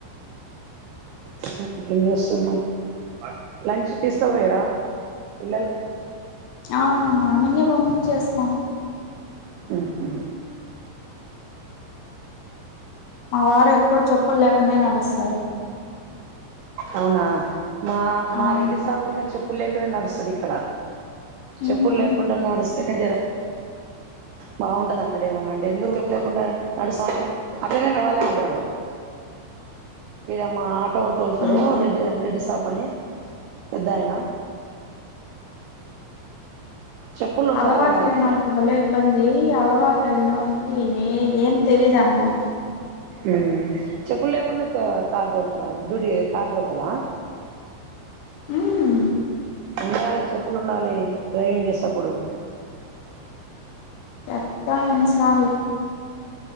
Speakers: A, on the right (about 85°); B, on the left (about 80°).
A: <unintelligible> లంచ్ తీస్కాపోయిర్ర పిల్లలు
B: ఆ మార్నింగే పంపించేస్తాము
A: హ్మ్ హు
B: మా వారు ఎప్పుడు చెప్పుల్ లేకుండనే నడుస్తారు
A: అవునా మా మా
B: అవును
A: రెడ్డి సాంగ్ మీద చెప్ చెప్పుల్ లేకుండా నడుస్తది ఇక్కడ
B: హ్మ్
A: చెప్పుల్ లేకుండా నడుస్తానే జరా బాగుంటది అంటడు ఏమన్నా అంటే ఎందుకు చెప్పుల్ లేకుండా నడుస్తాంటే అట్లనే నడవాలి అంటడు ఇడ మా ఆటో తోల్తడు
B: ఆ
A: రెడ్డి రెడ్డి సాప్ అని పెద్దయనా చెప్పులు ఉండాలి
B: అలవాట్లేనోళ్ళకి
A: కానీ
B: భలే ఇబ్బంది అలవాటయినోళ్ళకి ఏ ఏం తెలీదనమాట
A: మ్మ్ చెప్పుల్ లేకుండా కార్ తోలుత డ్యూటీ కార్ తోల్తడా
B: మ్మ్
A: ఉండాలి చెప్పులుండాలి డ్రైవింగ్ చేసేప్పుడు
B: చెప్పను ఎన్నిసార్లు